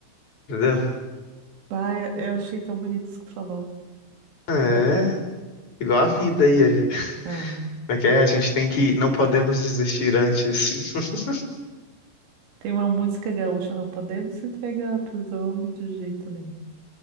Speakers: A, on the left (about 40°); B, on the right (about 80°).
A: entendeu?
B: Bah, eu achei tão bonito isso que tu falou.
A: É
B: É verdade.
A: igual a vida aí. é-
B: É.
A: Como é que é? A gente tem que. Não podemos desistir antes. <laughs>
B: Tem uma música gaúcha, não podemos entregar pros homens de jeito nenhum.